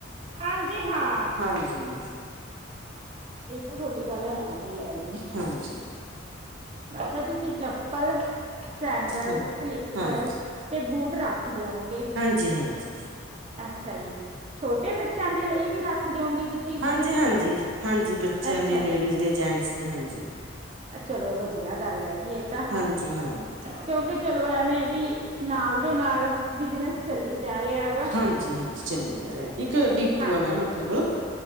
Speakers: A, on the right; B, on the right.
A: ਹਾਂਜੀ ਹਾਂ,
B: ਹਾਂਜੀ
A: ਏ ਤਾਂ ਤੁਆਡੀ ਗੱਲ ਹੈ। ਕੀ ਹੈਗੀ।
B: ਹਾਂਜੀ।
A: ਅੱਛਾ ਤੁਸੀਂ ਚੱਪਲ ਸੈਂਡਲ,
B: ਹਾਂ
A: ਸਲੀਪਰ
B: ਹਾਂਜੀ
A: ਤੇ ਬੂਟ ਰੱਖ ਦਿਓਂਗੇ
B: ਜੀ ਹਾਂਜੀ।
A: ਅੱਛਾ ਜੀ‌। ਛੋਟੇ ਬੱਚਿਆਂ ਦੇ ਲਈ ਵੀ ਰੱਖ ਦਿਓਂਗੇ ਤੁਸੀਂ?
B: ਹਾਂਜੀ-
A: ਕੁਛ
B: ਹਾਂਜੀ-ਹਾਂਜੀ। ਬੱਚਿਆਂ
A: ਅੱਛਾ
B: ਦੇ, ਲੇਡੀਜ਼
A: ਜੀ।
B: ਦੇ, ਜੈਂਟਸ ਦੇ ਹਾਂਜੀ।
A: ਚਲੋ ਵਧੀਆ ਗੱਲ ਹੈਗੀ ਏ ਤਾਂ।
B: ਹਾਂਜੀ ਹਾਂਜੀ
A: ਕਿਉਂਕਿ ਚਲੋ ਐਵੇਂ ਵੀ ਨਾਲ ਦੇ ਨਾਲ ਬਿਜਨਸ ਚੱਲੀ ਜਾ ਰਿਆ
B: ਹਾਂਜੀ-ਹਾਂਜੀ ਚੱਲੀ ਜਾ ਰਿਆ, ਇੱਕ ਡੀਪੂ
A: ਹਾਂ
B: ਏ ਮੈਮ ਅਪਨੇ ਕੋਲ।